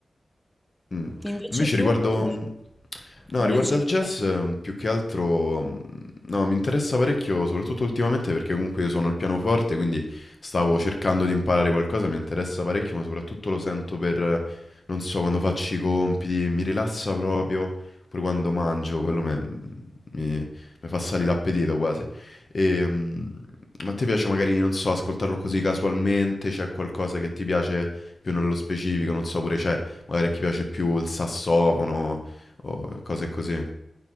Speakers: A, on the left (about 55°); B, in the centre.
A: Mm.
B: Invece
A: Invece
B: tu
A: riguardo,
B: quale,
A: mm, No,
B: quale
A: riguardo
B: genere?
A: al jazz, eh, più che altro, mm, no, mi interessa parecchio, soprattutto ultimamente perché comunque io suono il pianoforte, quindi stavo cercando di imparare qualcosa, mi interessa parecchio, ma soprattutto lo sento per, eh, non so, quando faccio i compiti, mi rilassa proprio, pure quando mangio, quello me- mm, mi, mi fa salire l'appetito quasi. E, mm, ma a te piace magari, non so, ascoltarlo così casualmente, c'è qualcosa che ti piace più nello specifico, non so, pure c'è, magari a chi piace più il sassofono o cose così.